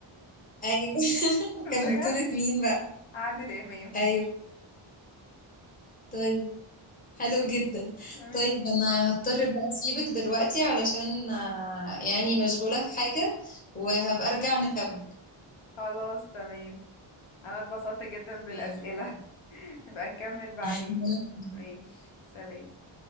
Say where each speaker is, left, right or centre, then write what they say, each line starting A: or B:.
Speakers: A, on the left; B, on the left.
A: أيوه <laughs>
B: بجد
A: كان بطولة مين بقى
B: عادل إمام
A: أيوه طيب حلو
B: <laughs> ماشي.
A: جدا طيب أنا هضطر بقى أسيبك دلوقتي علشان آه، يعني مشغولة في حاجة وهبقى أرجع نكمل
B: خلاص تمام انا اتبسطت جدا
A: تمام
B: بالاسئله <laughs> نبقى نكمل بعدين
A: <laughs>
B: ماشي سلام